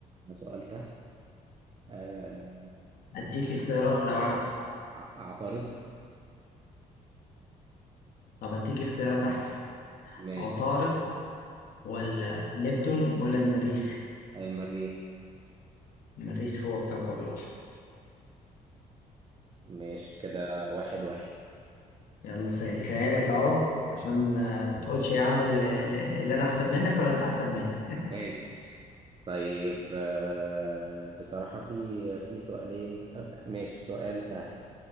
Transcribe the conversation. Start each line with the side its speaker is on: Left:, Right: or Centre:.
Right: ده سؤال سهل آه،
Left: اديك اختيارات لو عاوز
Right: أع- أعترض
Left: طب اديك اختيارات احسن
Right: ماشي
Left: عطارد ولا نبتون ولا المريخ
Right: المريخ
Left: المريخ هو الكوكب الاحمر
Right: ماشي كده واحد واحد
Left: يلا سهلتها لك اهو عشان آه، ما تقولش يا عم اللي اللي انا احسن منك ولا انت احسن مني
Right: ماشي طيب آه، بصراحة في في سؤالين س- ماشي سؤال سهل